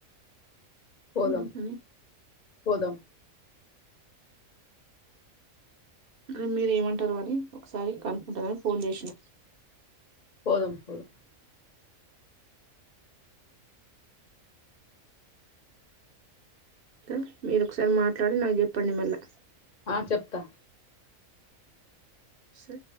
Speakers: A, on the left; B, on the right.
A: పోదాం
B: ఇందుకనే
A: పోదాం
B: మరి మీరు ఏమంటరో అని ఒకసారి కనుకుంటరని ఫోన్ చేస్న
A: పోదాం పోదాం
B: అకా మీరొకసారి మాట్లాడి నాకు చెప్పండి మళ్ళా
A: ఆ చెప్తా
B: సరే